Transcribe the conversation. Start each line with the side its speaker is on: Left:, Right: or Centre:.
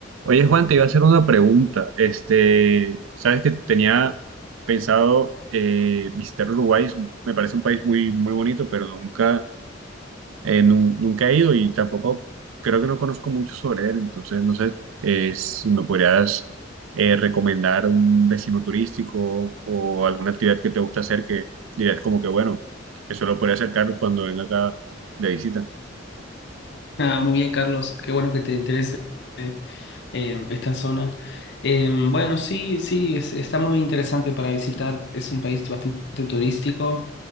Right: Oye, Juan, te iba a hacer una pregunta. Este, sabes que tenía pensado eh, visitar Uruguay, es un- me parece un país muy, muy bonito, pero nunca, eh, nu- nunca he ido y tampoco creo que no conozco mucho sobre él. Entonces, no sé eh, si me podrías eh, recomendar un destino turístico o alguna actividad que te gusta hacer que dirías como que, bueno, eso lo podría acercar cuando venga acá de visita.
Left: Ah, muy bien, Carlos. Qué bueno que te interese eh, esta zona. Eh, bueno, sí, sí, es- está muy interesante para visitar. Es un país bastante turístico